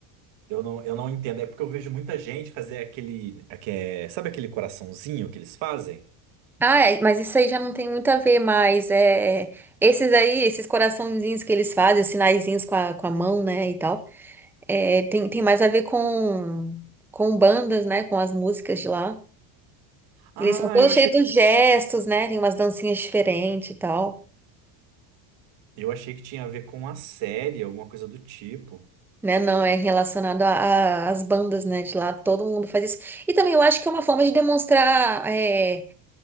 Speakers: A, on the right; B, in the centre.
A: eu não, eu não entendo. É porque eu vejo muita gente fazer aquele, aque- sabe aquele coraçãozinho que eles fazem?
B: Ah, é, mas isso aí já não tem muito a ver mais. É, é, esses aí, esses coraçõezinhos que eles fazem, os sinaizinhos com a, com a mão, né, e tal. É, tem, tem mais a ver com, com bandas, né? Com as músicas de lá.
A: Ah,
B: Eles são todos
A: eu achei,
B: cheios de gestos, né? Tem umas dancinhas diferentes e tal.
A: eu achei que tinha a ver com a série, alguma coisa do tipo.
B: Né? Não, é relacionado a- a- às bandas, né? De lá, todo mundo faz isso. E também eu acho que é uma forma de demonstrar é,